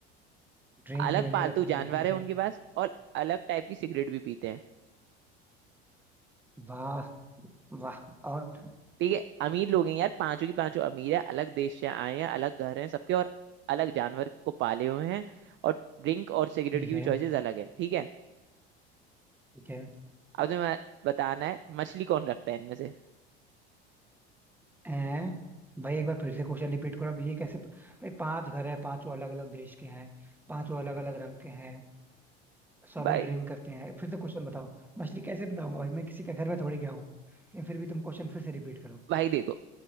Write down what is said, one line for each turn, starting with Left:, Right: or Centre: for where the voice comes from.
Centre: ड्रिंक
Right: अलग
Centre: में भी
Right: पालतू
Centre: अलग पसंद
Right: जानवर
Centre: है ठीक
Right: है
Centre: है
Right: उनके पास और अलग टाइप की सिगरेट भी पीते हैं
Centre: वाह वाह और
Right: ठीक है अमीर लोग हैं यार पांचों की पांचों अमीर है अलग देश से आए हैं अलग घर हैं सबके और अलग जानवर को पाले हुए हैं और ड्रिंक और सिगरेट
Centre: ठीक
Right: की
Centre: है
Right: भी चॉइसेस अलग है ठीक है
Centre: ठीक है
Right: अब तुम्हें बताना है मछली कौन रखता है इनमें से
Centre: हैं भाई एक बार फिर से क्वेश्चन रिपीट करो अब ये कैसे प- भाई पांच घर है पांचों अलग अलग देश के हैं पांचों अलग अलग रंग के हैं सभी
Right: भाई
Centre: ड्रिंक करते हैं फिर से क्वेश्चन बताओ मछली कैसे बताऊंगा भाई मैं किसी के घर में थोड़ी गया हूँ लेकिन फिर भी तुम क्वेश्चन फिर से रिपीट करो
Right: भाई देखो